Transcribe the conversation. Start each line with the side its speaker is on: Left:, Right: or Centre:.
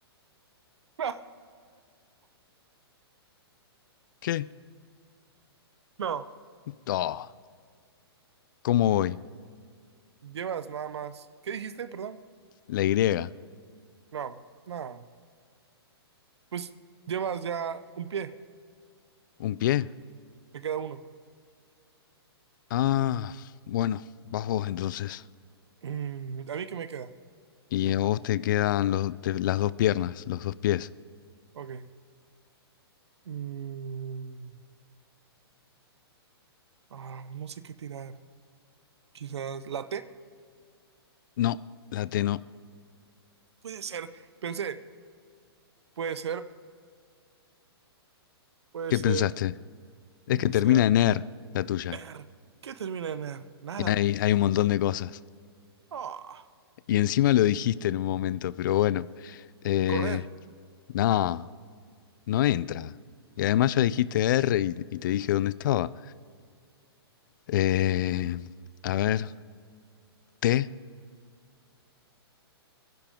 Right: <laughs> No,
Left: ¿Qué?
Right: no,
Left: Oh, ¿cómo voy?
Right: llevas nada más. ¿Qué dijiste, perdón?
Left: La Y.
Right: No, no. Pues llevas ya un pie,
Left: ¿Un pie?
Right: te queda uno.
Left: Ah, bueno, vas vos entonces.
Right: Mm, ¿a mí qué me queda?
Left: Y a vos te quedan los, te- las dos piernas, los dos pies.
Right: Ok. Mm, ah, no sé qué tirar. Quizás la T.
Left: No, la T no.
Right: Puede ser, pensé, puede ser, puede
Left: ¿Qué
Right: ser,
Left: pensaste? Es
Right: no
Left: que termina
Right: sé.
Left: en er, la tuya.
Right: Er. ¿Qué termina en er? Nada.
Left: Y hay, hay un montón de cosas.
Right: Ah,
Left: Y encima lo dijiste en un momento, pero bueno. Eh,
Right: correr.
Left: no, no entra. Y además ya dijiste R y, y te dije dónde estaba. Eh, a ver, T,